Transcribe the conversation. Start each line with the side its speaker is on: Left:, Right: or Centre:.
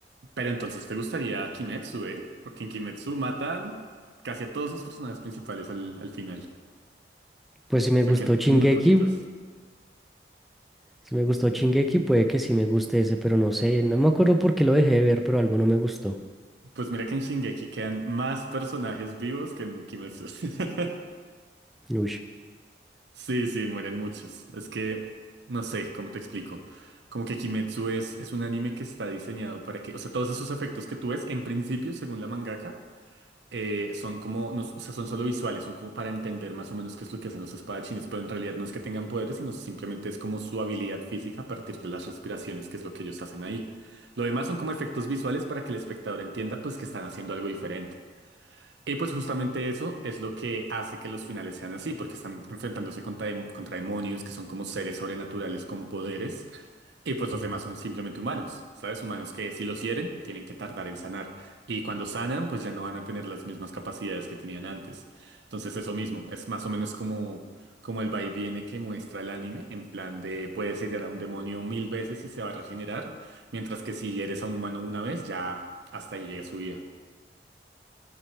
Right: Pero entonces te gustaría Kimetsu, ¿eh? Porque en Kimetsu matan casi a todos los personajes principales al, al final.
Centre: Pues si me
Right: O sea,
Centre: gustó
Right: quedan
Centre: Shingeki,
Right: muy poquitos.
Centre: si me gustó Shingeki, puede que sí me guste ese, pero no sé, no me acuerdo por qué lo dejé de ver, pero algo no me gustó.
Right: Pues mira que en Shingeki quedan más personajes vivos que en Kimetsu. <laughs>
Centre: Uy,
Right: Sí, sí, mueren muchos. Es que, no sé, ¿cómo te explico? Como que Kimetsu es, es un anime que está diseñado para que, o sea, todos esos efectos que tú ves, en principio, según la mangaka, eh, son como, no- o sea, son solo visuales, son como para entender más o menos qué es lo que hacen los espadachines, pero en realidad no es que tengan poderes, sino simplemente es como su habilidad física a partir de las respiraciones, que es lo que ellos hacen ahí. Lo demás son como efectos visuales para que el espectador entienda, pues, que están haciendo algo diferente. Y pues justamente eso es lo que hace que los finales sean así, porque están enfrentándose contra, dem- contra demonios que son como seres sobrenaturales con poderes, y pues los demás son simplemente humanos, ¿sabes? Humanos que si los hieren, tienen que tardar en sanar, y cuando sanan, pues ya no van a tener las mismas capacidades que tenían antes. Entonces eso mismo, es más o menos como, como el va y viene que muestra el anime, en plan de puedes herir a un demonio mil veces y se va a regenerar, mientras que si hieres a un humano una vez, ya hasta ahí llega su vida.